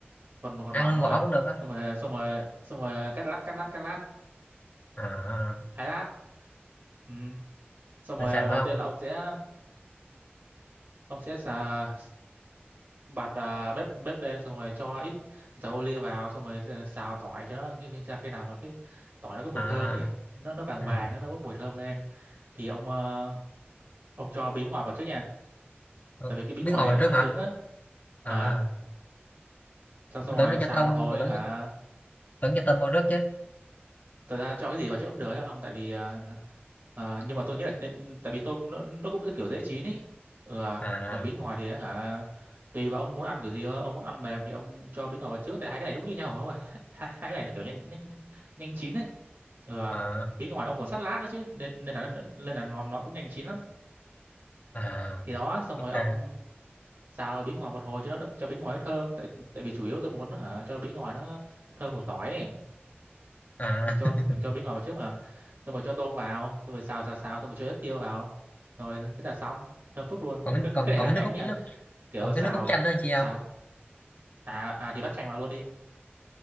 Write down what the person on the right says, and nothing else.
còn mà gọt
mỏng
thôi
xong rồi xong rồi xong rồi cắt lát cắt lát cắt lát
thái lát ừ. xong rồi
ờ,
đầu tiên
là ông sẽ ông sẽ xà- bật à, bếp bếp lên xong rồi cho ít dầu ô liu vào xong rồi xà- xào tỏi cho nó khi, sao khi nào mà cái tỏi nó có mùi
thơm ấy nó nó vàng
vàng á, nó bốc mùi thơm lên thì ông ờ, ông cho bí ngòi vào trước nha
tại vì cái bí
ngòi
này
nó
nó
cứng á ờ
xong xong
rồi
xào
một hồi
hả
thật ra cho cái gì vào chữa cũng được ấy không tại vì ờ, ờ, nhưng mà tôi nghĩ là nên tại vì tôm nó nó cũng rất kiểu dễ chín ý ừ, à.
còn bí ngòi thì á hả tùy vào ông muốn ăn kiểu gì thôi ông muốn ăn mềm thì ông cho bí ngòi vào trước tại hai cái này đúng như nhau không <laughs> ạ hai, hai cái này nó kiểu nhanh nhanh nhanh chín ấy ừ, à.
bí ngòi ông còn sắt lát nữa chứ nên nên là nên là nó nó cũng nhanh chín lắm
thì đó xong
rồi ông xào bí ngòi một hồi cho nó cho bí ngòi nó thơm tại tại vì chủ yếu tôi muốn hả cho bí ngòi nó thơm mùi tỏi ấy.
mình cho
mình cho bí ngò vào trước mà xong rồi cho tôm vào xong rồi xào xào xào xong rồi cho ít tiêu vào rồi thế là xong thơm phức luôn
cái,
cái này
làm
nhanh
lắm nha
kiểu
xào
xào
à à thì vắt chanh vào luôn đi